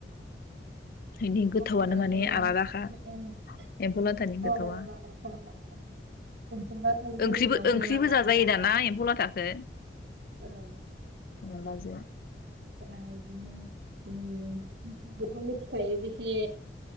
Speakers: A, on the right (about 70°); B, on the left (about 55°).
A: <unintelligible>
B: इनि गोथावानो माने आलादाखा एम्फौ लाथानि गोथावा ओंख्रिबो ओंख्रिबो जाजायो दाना एम्फौ लाथाखो अनलाजों
A: <unintelligible> बेखौ मिथिखायो बेसे